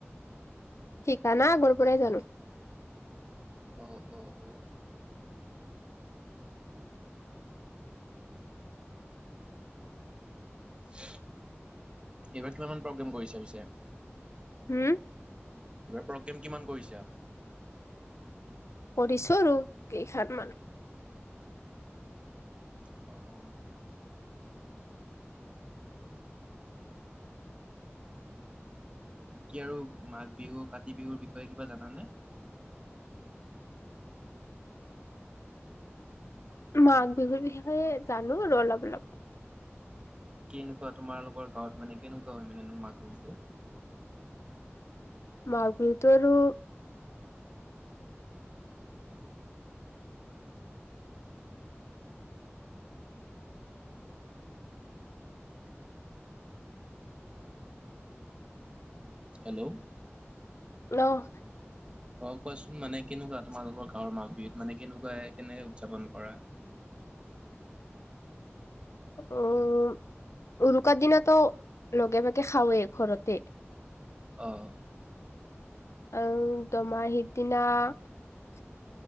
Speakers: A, on the left (about 85°); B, on the right (about 25°).
A: শিকা নাই আগৰ পৰাই জানো।
B: অ, অ, অ। এইবাৰ কিমান মান প্ৰগ্ৰেম কৰিছে পিছে?
A: হু,
B: এইবাৰ প্ৰগ্ৰেম কিমান কৰিছা?
A: কৰিছো আৰু কেইখন মান।
B: অ, অ বাকী আৰু মাঘ বিহু কাতি বিহুৰ বিষয়ে কিবা জানা নে?
A: মাঘ বিহুৰ বিষয়ে জানো আৰু অলপ অলপ।
B: কি এনেকুৱা তোমালোকৰ গাঁৱত মানে কেনেকুৱা হয় মানে মাঘ বিহুটো?
A: মাঘ বিহুতো আৰু -
B: হেল্ল',
A: হেল্ল, <unintelligible>
B: অ, কোৱাচোন মানে কেনেকুৱা তোমালোকৰ গাঁৱৰ মাঘ বিহুত মানে কেনেকুৱা কেনেকে উদযাপন কৰা।
A: উম, উৰুকাৰ দিনাটো লগে ভাগে খাওেই ঘৰতে।
B: অঁ,
A: আহ দুমাহীৰ দিনা -